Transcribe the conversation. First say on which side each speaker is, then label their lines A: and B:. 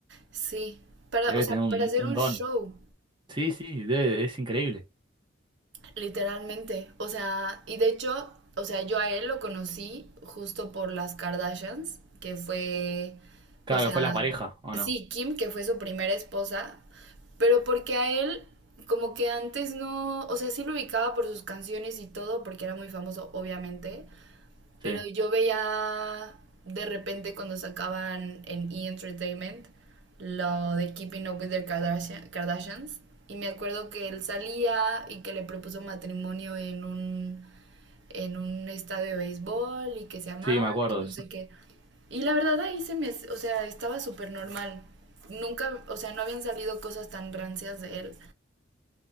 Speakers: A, on the right; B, on the right.
A: sí, para,
B: Debe
A: o sea,
B: tener un,
A: para hacer
B: un
A: un
B: don.
A: show.
B: Sí, sí, debe- es increíble.
A: Literalmente, o sea, y de hecho, o sea, yo a él lo conocí justo por las Kardashians, que fue,
B: Claro
A: o sea,
B: que fue la pareja, ¿o
A: sí,
B: no?
A: Kim, que fue su primera esposa, pero porque a él como que antes no, o sea, sí lo ubicaba por sus canciones y todo, porque era muy famoso, obviamente,
B: Sí,
A: pero yo veía de repente cuando sacaban en E! Entertainment lo de Keeping Up with the Kardashian- Kardashians. Y me acuerdo que él salía y que le propuso matrimonio en un, en un estadio de béisbol y que se amaban,
B: sí, me acuerdo
A: que no
B: de eso.
A: sé qué. Y la verdad ahí se me, o sea, estaba súper normal. Nunca, o sea, no habían salido cosas tan rancias de él.